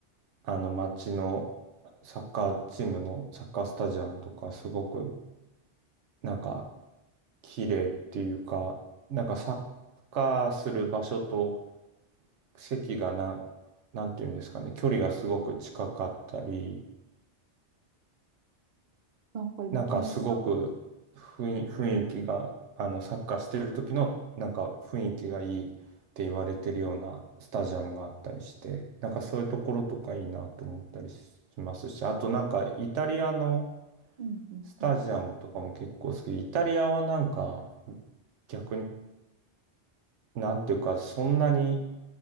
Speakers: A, on the right; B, on the right.
A: あの街のサッカーチームのサッカースタジアムとかすごくなんか綺麗っていうか、なんかサッカーする場所と席がな、なんていうんですかね、距離がすごく近かったり、
B: なんか今、
A: なんかすごく雰囲、
B: 検索、
A: 雰囲気が、あの、サッカーしてる時のなんか雰囲気がいいって言われてるようなスタジアムがあったりして、なんかそういうところとかいいなと思ったりしますし、あとなんかイタリアの
B: うんうんうん。
A: スタジアムとかも結構好きで。イタリアはなんか逆に、なんていうか、そんなに